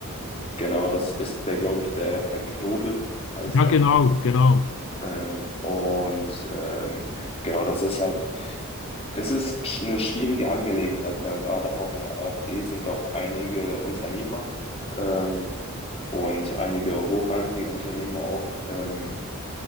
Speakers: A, on the left; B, on the left.
A: genau, das ist der, glaube ich, der Herr Knodel heißt
B: <laughs> ja
A: der.
B: genau, genau.
A: Ähm, und ähm, genau, das ist halt Es ist sch- eine schwierige Angelegenheit, weil gerade auch in der AfD sind auch einige Unternehmer ähm, und einige hochrangige Unternehmer auch, ähm,